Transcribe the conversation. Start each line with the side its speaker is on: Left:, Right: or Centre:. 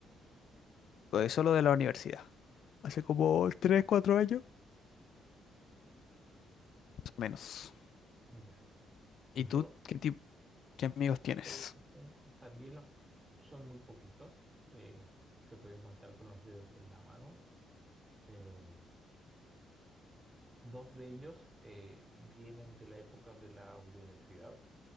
Left: Pues Solo de la universidad. Hace como tres 4 años. más o Menos.
Right: Ya.
Left: ¿Y
Right: Yo,
Left: tú qué tipo, qué amigos
Right: ¿qué tipo
Left: tienes?
Right: de amigos tengo? También los son muy poquitos. eh, se pueden contar con los dedos de la mano. Eh, dos de ellos eh, vienen de la época de la universidad.